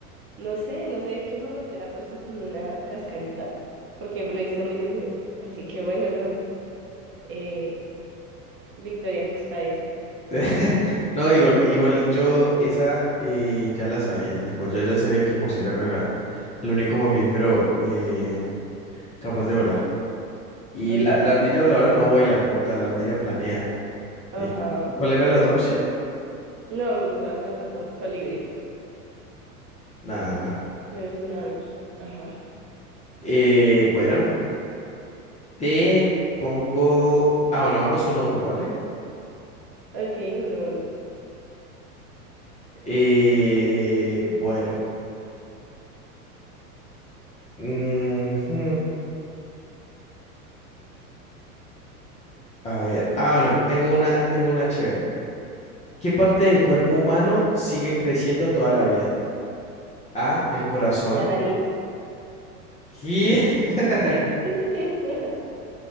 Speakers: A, on the right; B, on the left.
A: no sé, no sé de qué forma te hubiera puesto como una cascarita, porque lo diste muy seguro. Así que bueno, no, eh, victoria justa esa.
B: <laughs> No, igual, igual yo esa eh, ya la sabía, tipo, yo ya sabía que el murciélago era el único mamífero eh, capaz de volar. Y
A: Ok,
B: la, la ardilla voladora no vuela como tal, la ardilla planea.
A: ajá.
B: Eh, ¿cuál era la otra opción?
A: No, la otra ratón, colibrí,
B: Nada, nada.
A: es una ave. Ajá.
B: Eh, bueno, te pongo... Ah, bueno, vamos uno a uno, ¿vale?
A: Ok, uno, uno.
B: Eh, bueno. Ujú. A ver, ah, bueno, tengo una, tengo una chévere. ¿Qué parte del cuerpo humano sigue creciendo toda la vida? A, el corazón.
A: La nariz.
B: ¿Qué? <laughs>
A: <laughs>